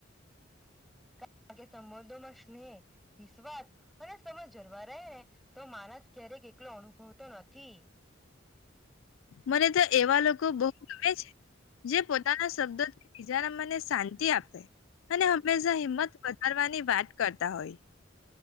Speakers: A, in the centre; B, on the left (about 80°).
A: કારણ કે સંબંધોમાં સ્નેહ વિશ્વાસ અને સમજ જળવા રહે ને તો માણસ ક્યારેક એકલો અનુભવતો નથી
B: મને તો એવા લોકો બહુ ગમે છે જે પોતાના શબ્દો બીજાના મને શાંતિ આપે અને હંમેશા હિંમત વધારવાની વાત કરતા હોય